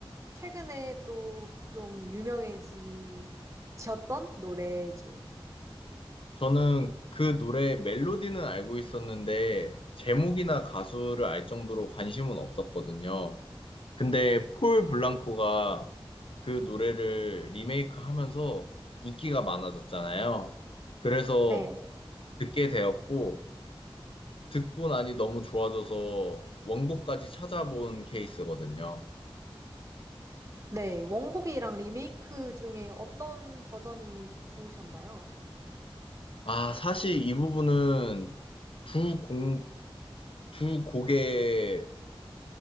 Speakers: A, on the right; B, on the left.
A: 최근에 또 좀 유명해지셨던 노래죠.
B: 저는 그 노래 멜로디는 알고 있었는데 제목이나 가수를 알 정도로 관심은 없었거든요. 근데 폴 블랑코가 그 노래를 리메이크하면서 인기가 많아졌잖아요. 그래서
A: 네,
B: 듣게 되었고, 듣고 나니 너무 좋아져서 원곡까지 찾아본 케이스거든요.
A: 네. 원곡이랑 리메이크 중에 어떤 버전이 좋으셨나요?
B: 아, 사실 이 부분은 두 공, 두 곡의